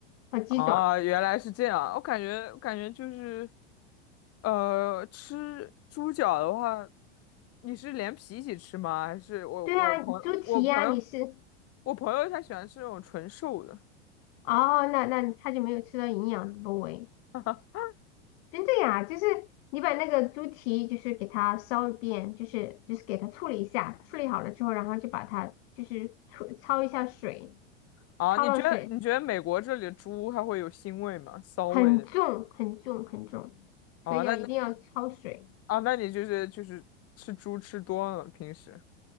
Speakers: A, on the left (about 60°); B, on the left (about 45°).
A: 和鸡爪。
B: 哦，原来是这样。我感觉我感觉就是，呃，吃猪脚的话，你是连皮一起吃吗？还是我我朋我朋友
A: 对啊，猪蹄呀、你是
B: 我朋友他喜欢吃那种纯瘦的？
A: 哦，那那他就没有吃到营养的部位。
B: <laughs>
A: 真的呀，就是你把那个猪蹄就是给它烧一遍，就是就是给它处理一下，处理好了之后，然后就把它就是焯焯一下水，
B: 啊，
A: 焯了水
B: 你觉得你觉得美国这里的猪它会有腥味吗？骚味那种？
A: 很重很重很重，
B: 啊，
A: 所以要一定要焯水。
B: 那那啊，那你就是就是吃猪吃多了平时